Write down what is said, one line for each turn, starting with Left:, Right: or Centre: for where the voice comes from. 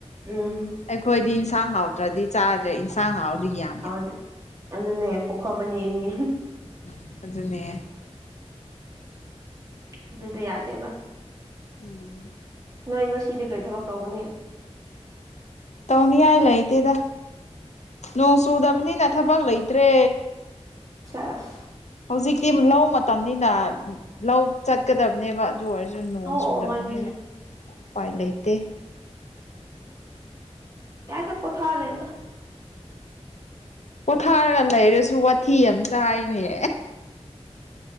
Right: ꯎꯝ
Left: ꯑꯩꯈꯣꯏꯗꯤ ꯏꯟꯁꯥꯡ ꯍꯥꯎꯇ꯭ꯔꯗꯤ ꯆꯥꯗ꯭ꯔꯦ ꯏꯟꯁꯥꯡ ꯍꯥꯎꯗ ꯌꯥ
Right: ꯍꯗ꯭ꯔꯦ ꯑꯗꯨꯅꯦ ꯄꯣꯛꯈꯣꯃ ꯑꯅꯤ ꯑꯅꯤ
Left: ꯎꯝ ꯑꯗꯨꯅꯦ
Right: ꯑꯗꯨꯗꯤ ꯌꯥꯗꯦꯕ
Left: ꯎꯝ
Right: ꯅꯣꯏ ꯉꯁꯤꯗꯤ ꯀꯩ ꯊꯕꯛ ꯇꯧꯒꯅꯤ
Left: ꯇꯧꯅꯤꯡꯉꯥꯏ ꯂꯩꯇꯦꯗ ꯅꯣꯡ ꯆꯨꯗꯕꯅꯤꯅ ꯊꯕꯛ ꯂꯩꯇ꯭ꯔꯦ
Right: ꯁꯒ
Left: ꯍꯧꯖꯤꯛꯇꯤ ꯝ ꯂꯧ ꯇꯝꯅꯤꯅ ꯂꯧ ꯆꯠꯀꯗꯕꯅꯦꯕ ꯑꯗꯨ ꯑꯣꯏꯔꯁꯨ ꯅꯣꯡ
Right: ꯑꯣ
Left: ꯆꯨꯗꯕꯅꯤꯅ
Right: ꯑꯣ ꯃꯥꯅꯤꯅꯦ
Left: ꯎꯄꯥꯏ ꯂꯩꯇꯦ
Right: ꯌꯥꯏꯗꯥ ꯄꯤꯊꯥ ꯂꯩꯦꯗ
Left: ꯄꯣꯊꯥꯔꯒ ꯂꯩꯔꯁꯨ ꯋꯥꯊꯤ ꯌꯥꯝ ꯆꯥꯏꯅꯦ